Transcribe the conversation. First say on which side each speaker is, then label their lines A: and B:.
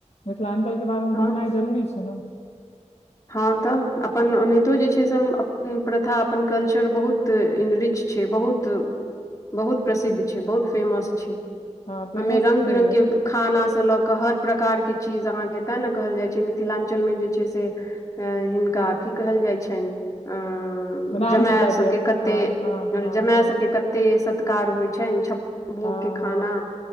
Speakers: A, on the left; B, on the left.
A: मिथिलांचलके बारेमे
B: हँ
A: बुझनाइ जरूरी छै। ने
B: हँ तऽ अपन ओनाहितो जे छै, से अपन प्रथा, अपन कल्चर बहुत। रिच छै, बहुत बहुत प्रसिद्ध छै, बहुत फेमस छै। ओहिमे
A: हँ फेमस
B: रंग
A: तऽ छैहे
B: बिरंग के। खाना सँ लऽ कऽ हर प्रकार के चीज अहाँकेँ तें ने कहल जाय छै, मिथिलांचल जे छै से। अ हिनका की कहल जाइ छनि अ
A: राम
B: जमाय
A: सीता दिया
B: सभके कते
A: हँ हँ
B: मत,
A: हँ
B: जमाय
A: हँ
B: सभके कत। कते सत्कार होइ छनि, छप्पन भोग
A: हँ
B: के
A: हँ
B: खाना